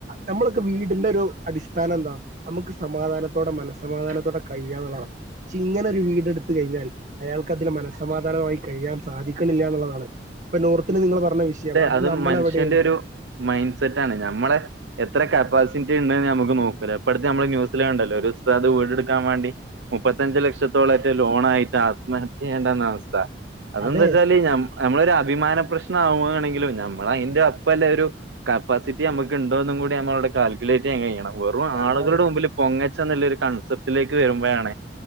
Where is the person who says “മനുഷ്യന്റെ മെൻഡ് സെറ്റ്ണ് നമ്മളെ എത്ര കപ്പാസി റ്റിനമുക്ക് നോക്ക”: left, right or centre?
Right